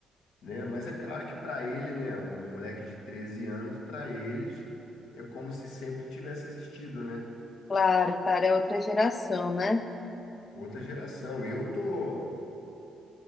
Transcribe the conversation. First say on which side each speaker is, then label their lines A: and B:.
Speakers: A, on the left; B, on the left.
A: né? Mas é claro que para ele, né, um moleque de 13 anos, para eles é como se sempre tivesse existido, né?
B: Claro, cara, é outra geração, né?
A: Outra geração. Eu tô